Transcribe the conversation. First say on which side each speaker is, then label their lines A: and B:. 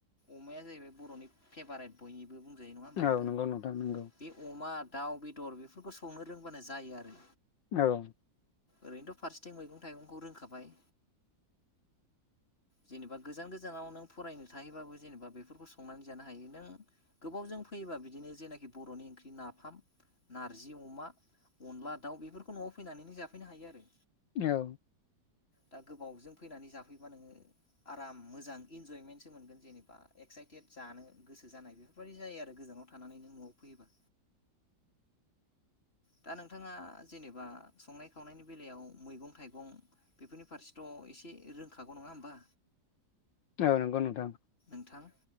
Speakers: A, on the left; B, on the left.
A: अमाया जाहैबाय बर'नि फेभारेट बयनिबो बुं बुंजायो नङा होमबा
B: औ
A: नोंथां
B: नंगौ नंगौ
A: बे अमा दाउ बेदर बेफोरखौ संनो रोंबानो जायो आरो।
B: औ
A: ओरैनोथ' फारसेथिं मैगं थाइगंखौ रोंखाबाय
B: <inaudible>
A: जेनेबा गोजान गोजानाव नों फरायनो थायोबाबो जेनेबा बेफोरखौ संनानै जानो हायो नों गोबाव ज फैयोबा बिदिनो जेनाखि बर'नि ओंख्रि नाफाम नारजि अमा अनला दाउ बेफोरखौ न'आव फैनानैनो जाफैनो हायो आरो
B: औ
A: दा गोबावजों फैनानै जाफैबा नोङो आराम मोजां इनजयमेन्टसो मोनगोन जेनेबा एक्साइटेड जानो गोसो गोसो जानाय बेफोरबायाददि जायो आरो गोजानाव थानानै नों नआव फैयोबा
B: <inaudible>
A: दा नोंथाङा जेनेबा संनाय खावनायनि बेलायाव मैगं थाइगं बेफोरनि फारसेथ एसे एसे रोंखागौ नङा होमबा
B: औ नंगौ नोंथां
A: नोंथां